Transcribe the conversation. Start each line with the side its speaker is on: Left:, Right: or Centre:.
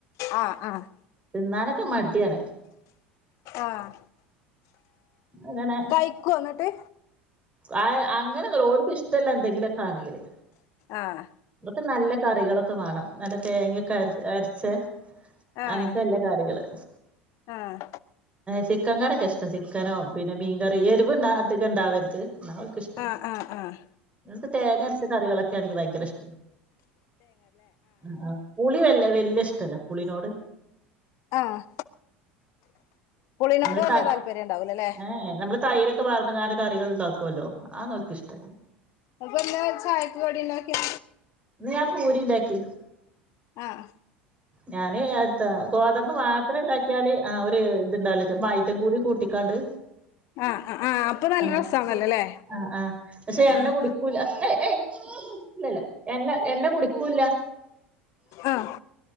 Left: ആഹ് ആഹ്
Right: തിന്നാനൊക്കെ മടിയാണ്
Left: ആഹ്
Right: അങ്ങനെ
Left: കയിക്കോ എന്നിട്ട്
Right: ആഹ് അങ്ങനെന്നല്ല ഓർക്ക് ഇഷ്ടല്ല എന്തെങ്കിലൊക്കെ ആണെങ്കില്
Left: ആഹ്
Right: ഇവക്ക് നല്ല കറികളൊക്കെ വേണം നല്ല തേങ്ങയൊക്കെ അരച്ച
Left: ആഹ്
Right: അങ്ങനത്തെല്ല കറികള്
Left: ആഹ്
Right: ചിക്കൻ കറിക്കെ ഇഷ്ട ചിക്കനോ പിന്നെ മീൻകറി എരിവ്ണ്ട അധിക ഉണ്ടാവരുത് എന്നാ ഇഷ്ട
Left: ആഹ് ആഹ് ആഹ്
Right: ങ്ങക്ക് തേങ്ങ അരച്ച കറികളൊക്കെ ആണെങ്കിൽ ഭയങ്കര ഇഷ്ട ആഹ് പുളി വല്ല വല്യ ഇഷ്ടല്ല പുളിനോട്
Left: ആഹ് പുളിനോട്
Right: നമ്മള്
Left: വലിയ
Right: ത
Left: താല്പര്യം ഉണ്ടാവൂലല്ലേ
Right: ഏ നമ്മള് തൈര ക്കെ വാർന്ന കാ കറികൾ ഉണ്ടാക്കുമല്ലോ ആനോക്ക് ഇഷ്ടല്ല
Left: അപ്പല്ല ചായക്ക് കടിണ്ടാക്കിയ
Right: ന്ന് ഞാൻ പൂരി ഉണ്ടാക്കി
Left: ആഹ്
Right: ഞാന് ഗോതമ്പ് മാത്രം ഉണ്ടാക്കിയാല് ആഹ് ഒരു ഇത്ണ്ടാവല്ലോ ച മൈദേ കൂടി കൂട്ടിക്കാണ്ട്
Left: ആഹ് ആഹ് അപ്പൊ നല്ല
Right: അങ്ങനെ
Left: രസ ആണല്ലോല്ലേ
Right: ആ ആ പക്ഷെ എണ്ണ
Left: ആഹ്
Right: കുടിക്കൂല ഏയ് ഏയ് ഇല്ലല്ല എണ്ണ എണ്ണ കുടിക്കൂല്ല
Left: ആഹ്